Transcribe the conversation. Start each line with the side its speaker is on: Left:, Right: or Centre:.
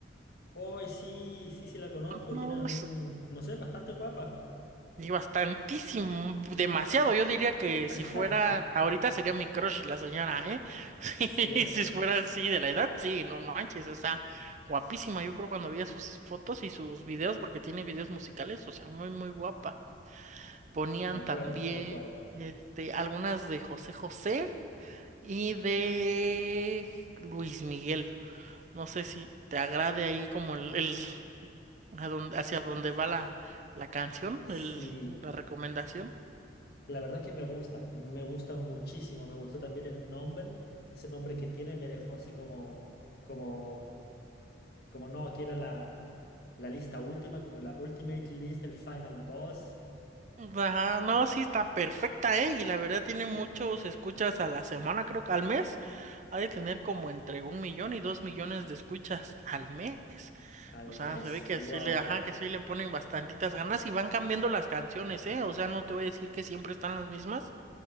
Left: Hoy sí, sí, sí la conozco.
Right: No,
Left: Tiene un, no sé, bastante guapa.
Right: Y bastantísimo, demasiado. Yo diría que
Left: <laughs>
Right: si fuera, ahorita sería mi crush la señora, ¿eh? <laughs>
Left: ¿Cierto?
Right: Sí, si fuera así de la edad, sí, no manches, o sea, guapísima. Yo creo cuando veía sus fotos y sus videos, porque tiene videos musicales, o sea, muy, muy guapa. Ponían
Left: Concuerdo,
Right: también,
Left: concuerdo.
Right: este, algunas de José José y de Luis Miguel. No sé si te agrade ahí como el, el- a dónde- hacia dónde va la, la canción,
Left: Sí,
Right: el, la recomendación.
Left: la verdad es que me gusta, me gusta muchísimo. Me gustó también el nombre. Ese nombre que tiene me dejó así como, como, como no, que era la, la lista última, como la Ultimate List, el Final Boss.
Right: Ajá, no, sí está perfecta, ¿eh? Y la verdad tiene muchos escuchas a la semana, creo que al mes. Ha de tener como entre un millón y dos millones de escuchas al mes.
Left: <laughs> Al
Right: O sea,
Left: mes,
Right: se ve que
Left: wow.
Right: sí le, ajá, que sí le ponen bastantitas ganas y van cambiando las canciones, ¿eh? O sea, no te voy a decir que siempre están las mismas